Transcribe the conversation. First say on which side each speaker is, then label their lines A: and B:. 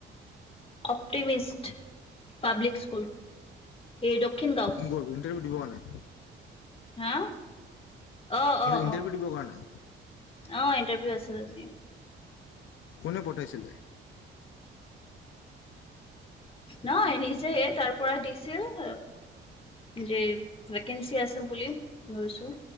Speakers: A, on the left; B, on the left.
A: অপ্টিমিষ্ট পাব্লিক স্কুল এই দক্ষিণ গাঁও।
B: কি কৰিব ইটাৰভিউ দিব কাৰণে?
A: হা? অ অ
B: ইণ্টাৰভিউ
A: অ
B: দিবৰ কাৰণে?
A: অ ইণ্টাৰভিউ আছিল আজি।
B: কোনে পঠাইছিলে?
A: নহয় নিজেই তাৰ পৰা দিছিল যে ভেকেঞ্চি আছে বুলি গৈছো।